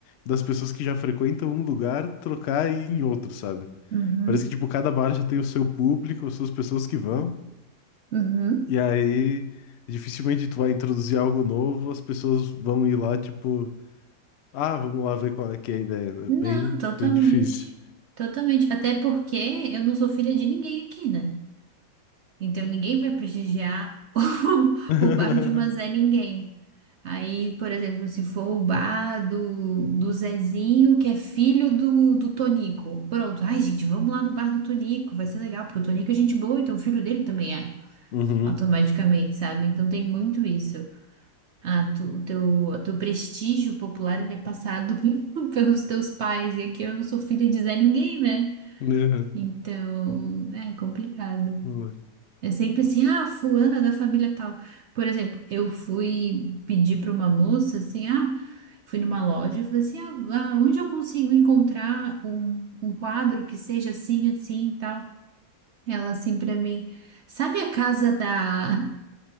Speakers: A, on the left; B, on the right.
A: das pessoas que já frequentam um lugar trocar e ir em outro, sabe?
B: uhum,
A: Parece que tipo, cada bar já tem o seu público, as suas pessoas que vão.
B: uhum.
A: E aí dificilmente tu vai introduzir algo novo, as pessoas vão ir lá, tipo, ah, vamos lá ver qual é que é a ideia. É
B: Não,
A: bem,
B: totalmente.
A: bem difícil.
B: Totalmente. Até porque eu não sou filha de ninguém aqui, né? Então ninguém vai prestigiar <laughs>
A: <laughs>
B: o, o bar de uma Zé Ninguém. Aí, por exemplo, se for o bar do, do Zezinho, que é filho do, do Tonico. Pronto. Ai, gente, vamos lá no bar do Tonico. Vai ser legal, porque o Tonico é gente boa, então o filho dele também é.
A: Uhum.
B: automaticamente, sabe? Então tem muito isso. Ah, tu, o teu, o teu prestígio popular ele é passado <laughs> pelos teus pais, e aqui eu não sou filha de Zé ninguém, né?
A: Uhum.
B: Então é complicado.
A: Uhum. <laughs>
B: É sempre assim, ah, fulana da família tal. Por exemplo, eu fui pedir para uma moça assim, ah, fui numa loja e falei assim, ah, ah, onde eu consigo encontrar um, um quadro que seja assim, assim e tal? Ela assim para mim, sabe a casa da